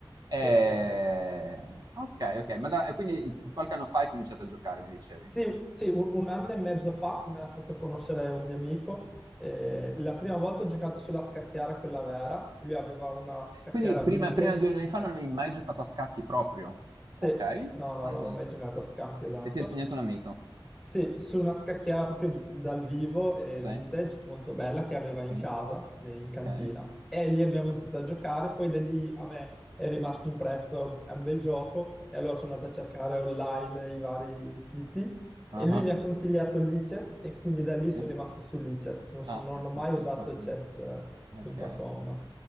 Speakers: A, on the right; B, in the centre.
A: E-
B: Sì, sì, sì.
A: Ok, ok, ma da- e quindi qualche anno fa hai cominciato a giocare, mi dicevi.
B: Sì, sì, un, un anno e mezzo fa me l'ha fatto conoscere un mio amico. Eh, la prima volta ho giocato sulla scacchiera, quella vera. Lui aveva una scacchiera
A: Quindi prima,
B: vintage.
A: prima di due anni fa non avevi mai giocato a scacchi proprio?
B: Sì,
A: Ok,
B: no, no, non
A: vai,
B: avevo
A: vai.
B: mai giocato a scacchi, esatto.
A: E ti ha insegnato un amico?
B: Sì, su una scacchiera proprio dal vivo e
A: Sì,
B: vintage molto bella che aveva
A: ok,
B: in casa, eh, in cantina.
A: ok.
B: E lì abbiamo iniziato a giocare, poi da lì a me è rimasto impresso, è un bel gioco, e allora sono andato a cercare online i vari siti
A: Ah,
B: e lui mi ha consigliato il Lichess e quindi da lì
A: Sì.
B: sono rimasto su Lichess, non, so-
A: Ah,
B: non
A: ah,
B: ho mai
A: ah,
B: usato
A: ah, ah.
B: chess.com.
A: ah. Ok,